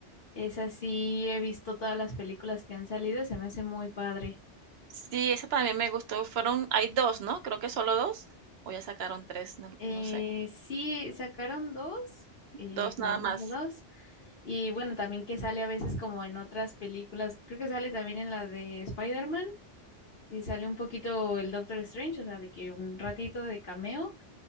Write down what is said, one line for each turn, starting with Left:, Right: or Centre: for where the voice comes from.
Left: Esa sí he visto todas las películas que han salido, se me hace muy padre.
Right: Sí, esa también me gustó, fueron hay dos ¿no? Creo que solo 2 o ya sacaron tres no
Left: Eh,
Right: no sé,
Left: sí, sacaron dos, eh,
Right: dos
Left: la
Right: nada
Left: uno
Right: más.
Left: y la dos. Y bueno, también que sale a veces como en otras películas, creo que sale también en la de Spider-Man y sale un poquito el Doctor Strange, o sea, de que un ratito de cameo,